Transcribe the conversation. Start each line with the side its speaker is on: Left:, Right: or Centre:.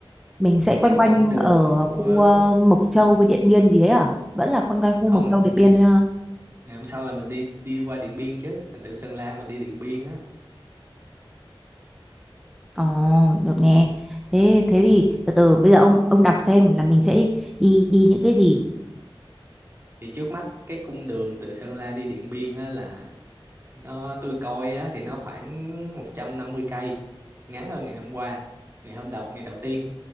Centre: mình sẽ quanh
Right: cái quãng
Centre: quanh
Right: đường
Centre: ở
Right: của
Centre: khu ờ, Mộc Châu với Điện Biên gì đấy à vẫn là quanh quanh khu
Right: không
Centre: Mộc Châu Điện Biên thôi ha
Right: ngày hôm sau là mình đi đi qua Điện Biên chứ, mình từ Sơn La mình đi Điện Biên á.
Centre: Ờ được nè thế thế thì từ từ bây giờ ông ông đọc xem là mình sẽ đi đi những cái gì
Right: Thì trước mắt cái cung đường từ Sơn La đi Điện Biên á là nó tôi coi á thì nó khoảng 150 cây, ngắn hơn ngày hôm qua, ngày hôm đầu ngày đầu tiên.